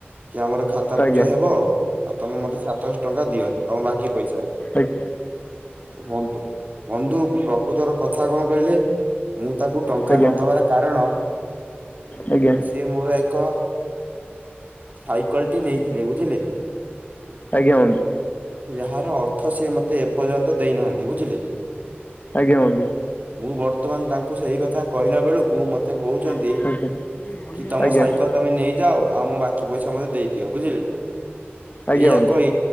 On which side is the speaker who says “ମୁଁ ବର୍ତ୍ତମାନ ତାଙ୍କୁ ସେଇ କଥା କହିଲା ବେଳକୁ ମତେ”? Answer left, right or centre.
Right